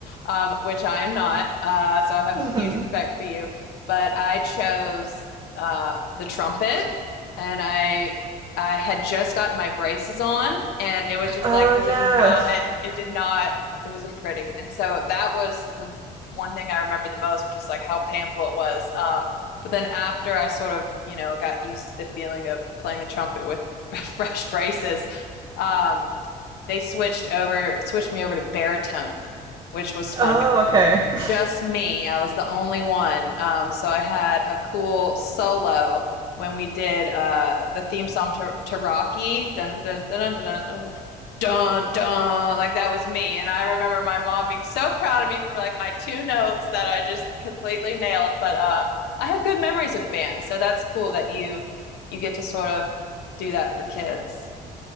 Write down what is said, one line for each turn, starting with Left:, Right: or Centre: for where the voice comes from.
Left: um, which I am not. Uh, so I have a
Right: Mm-hmm.
Left: huge respect for you. But I chose uh, the trumpet and I I had just gotten my braces on, and it was just
Right: Oh
Left: like it
Right: yeah,
Left: was not. It did not. It wasn't pretty, and so that was the one thing I remember the most, which is like how painful it was. Um, but then after I sort of, you know, got used to the feeling of playing the trumpet with <laughs> fresh braces, um, they switched over switched me over to baritone, which was fun
Right: Oh,
Left: because
Right: okay.
Left: it was
Right: <laughs>
Left: just me. I was the only one. Um, so I had a cool solo when we did uh, the theme song to, to Rocky. Dun, dun, dun, dun, dun, dun, dun, dun. like that was me, and I remember my mom being so proud of me for like my two notes that I just completely nailed. But um, I have good memories of bands, so that's cool that you you get to sort of do that for kids.